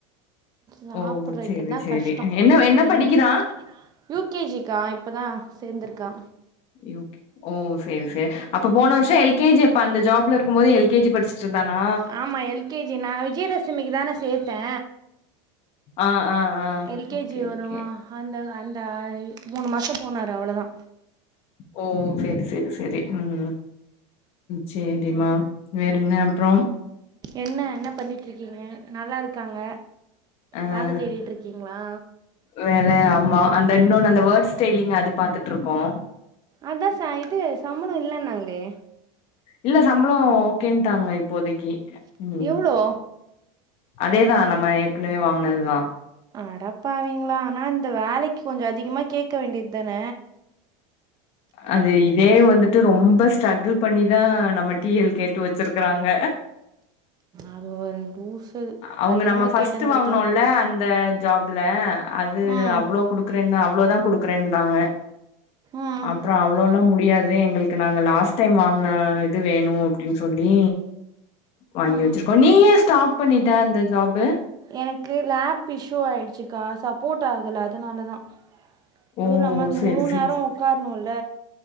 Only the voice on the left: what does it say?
ஓ சேரி சேரி
என்ன என்ன
படிக்கிறா
யூகே ஓ சேரி சேரி அப்ப போன வர்ஷொ எல் கே ஜி அப்ப அந்த ஜாப்ல இருக்கும் போது எல் கே ஜி படுச்சுட் இருந்தானா
அ அ அ
ஓகே
ஓகே
ஓ சேரி சேரி சே செரி ம் சேரிம்மா வேறென்ன அப்றொம்
ஆ
வேல ஆமா அந்த இன்னொன்னு அந்த வோர்ட்ஸ் ஸ்டைலிங் அது பாத்துட் இருக்கோ
இல்ல சம்பளோ ஓகேன்ட்டாங்க இப்போதக்கி ம்
அதேதா நம்ம ஏற்கனவே வாங்குனதுதா
அது இதே வந்துட்டு ரொம்ப ஸ்ட்ரகுள் பண்ணிதா நம்ம டீ எல் கேட்டு வச்சிருக்றாங்க
அவுங்க
நம்ம ஃபஸ்ட்
வாங்னோல்ல அந்த ஜாப்ல அது
அவ்ளோ குடுக்கறேன்தா அவ்ளோதா குடுக்குறேன்தாங்க
அப்பறோ அவ்ளோல்லா முடியாது எங்களுக் நாங்க லாஸ்ட் டைம் வாங்கின இது வேணு அப்டின்னு சொல்லி வாங்கி
வெச்சிருக்கோ நீ ஏ ஸ்டாப் பண்ணிட்ட அந்த ஜாப்பு
ஓ
செரி
செரி